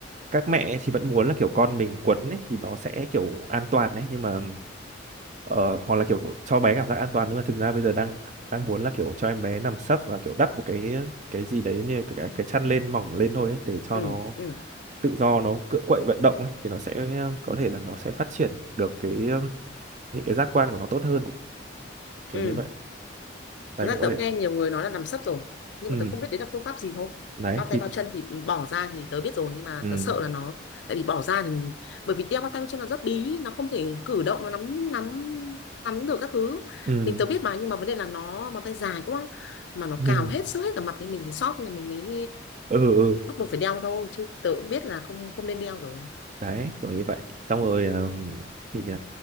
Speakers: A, on the right; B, on the left.
A: các mẹ thì vẫn muốn là kiểu con mình quấn ấy thì nó sẽ kiểu an toàn đấy nhưng mà ờ, hoặc là kiểu cho bé cảm giác an toàn nhưng mà thực ra bây giờ đang đang muốn là kiểu cho em bé nằm sấp và kiểu đắp một cái cái gì đấy như cái cái chăn lên mỏng lên thôi ấy, để cho
B: ừ
A: nó
B: ừ
A: tự do nó cựa quậy vận động ấy thì nó sẽ um, có thể là nó sẽ phát triển được cái um, những cái giác quan của nó tốt hơn kiểu
B: ừ
A: như vậy này
B: thật ra
A: cũng
B: tớ
A: có thể
B: cũng nghe nhiều người nói là nằm sấp rồi nhưng
A: ừ.
B: mà tớ không biết đấy là phương pháp gì thôi
A: đấy
B: bao
A: thì
B: tay bao chân thì ừ, bỏ ra thì tớ biết rồi nhưng mà
A: ừ
B: tớ sợ là nó tại vì bỏ ra thì bởi vì đeo bao tay bao chân nó rất bí nó không thể cử động nó nắm nắm nắm được các thứ
A: ừ
B: mình tớ
A: <laughs>
B: biết mà nhưng mà vấn đề là nó bàn tay dài quá mà nó
A: ừ
B: cào hết sức hết cả mặt thì mình phải xót thì mình mới
A: ừ ừ.
B: bắt buộc phải đeo thôi chứ tớ cũng biết là không không nên đeo rồi
A: đấy kiểu như vậy xong rồi um, thì nhỉ